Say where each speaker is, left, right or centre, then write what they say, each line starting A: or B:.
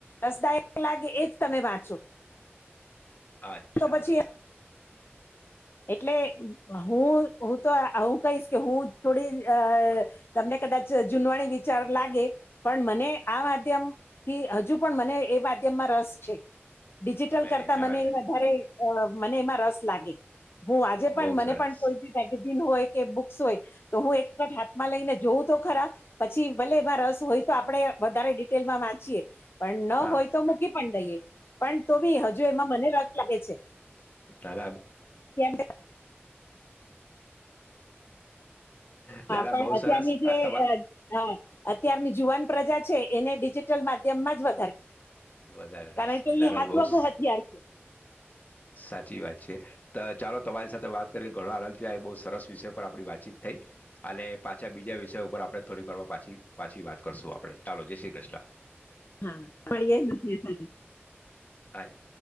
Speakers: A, on the left (about 60°); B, on the left (about 40°).
A: રસદાયક લાગે એજ તમે વાંચો.
B: આચ્છા.
A: તો પછી એટલે હું-હું તો આ હું કહીશ કે હું થોડી અહ તમને કદાચ જ જૂનવાણી વિચાર લાગે પણ મને આ માધ્યમ થી હજુ પણ મને એ માધ્યમમાં રસ છે. ડિજિટલ
B: વેરી
A: કરતા
B: ના,
A: મને
B: ના.
A: વધારે અહ મને એમાં રસ લાગે. હું આજે પણ
B: બહુ
A: મને
B: સરસ.
A: પણ કોઈ ભી મેગે ઝિન હોય કે બુક્સ હોય તો, હું એક જ હાથમાં લઈને જોઉં તો ખરા પછી ભલે એમાં રસ હોય તો આપણે વધારે ડિટેલમાં વાંચીએ. પણ ન
B: હા,
A: હોય તો મૂકી પણ દઈએ. પણ તો બી હજુ એમાં મને લાગ લાગે છે.
B: તારા બ
A: <inaudible> <inaudible> હા,
B: ના, ના
A: પણ
B: બહુ
A: અત્યારની
B: સરસ.
A: જે
B: આ તમા
A: અ-અ અત્યારની જુવાન પ્રજા છે એને ડી જિટલ માધ્યમમાં જ વધારે
B: વધારે
A: કારણ
B: રસ.
A: કે
B: ના,
A: એ <unintelligible>
B: ના બહુ સ સાચી વાત છે તો ચાલો તમારી સાથે વાત કરી ઘણો આનંદથી આ બહુ સરસ વિષય પર આપણી વાતચીત થઈ અને પાછા બીજા વિષય ઉપર આપણે થોડી વાર પાછી પાછી વાત કરશું આપડણે ચાલો જય શ્રી કૃષ્ણ.
A: હા પણ એ <unintelligible>
B: હાઇ